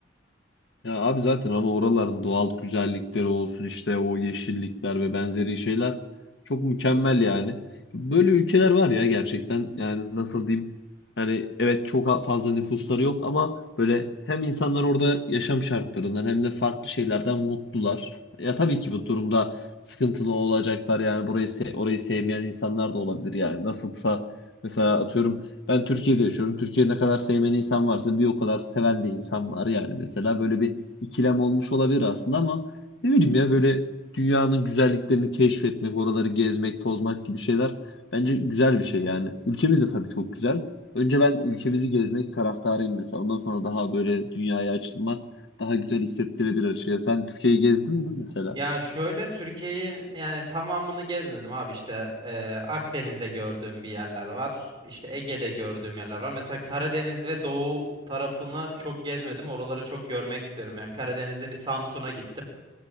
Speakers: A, on the left; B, on the right.
A: Ya abi zaten ama oraların doğal güzellikleri olsun işte o yeşillikler ve benzeri şeyler çok mükemmel yani. Böyle ülkeler var ya gerçekten yani nasıl diyeyim yani evet çok fazla nüfusları yok ama böyle hem insanlar orada yaşam şartlarından hem de farklı şeylerden mutlular. Ya tabii ki bu durumda sıkıntılı olacaklar yani burayı se- orayı sevmeyen insanlar da olabilir yani nasılsa mesela atıyorum ben Türkiye'de yaşıyorum. Türkiye'de ne kadar sevmeyen insan varsa bir o kadar seven de insan var yani mesela böyle bir ikilem olmuş olabilir aslında ama ne bileyim ya böyle dünyanın güzelliklerini keşfetmek, oraları gezmek, tozmak gibi şeyler bence güzel bir şey yani. Ülkemiz de tabii çok güzel. Önce ben ülkemizi gezmek taraftarıyım mesela. Ondan sonra daha böyle dünyaya açılmak daha güzel hissettirebilir şey. Sen Türkiye'yi gezdin mi mesela?
B: Ya şöyle Türkiye'yi yani tamamını gezmedim abi işte eee, Akdeniz'de gördüğüm bir yerler var. İşte Ege'de gördüğüm yerler var. Mesela Karadeniz ve Doğu tarafını çok gezmedim. Oraları çok görmek istiyorum. Yani Karadeniz'de bir Samsun'a gittim.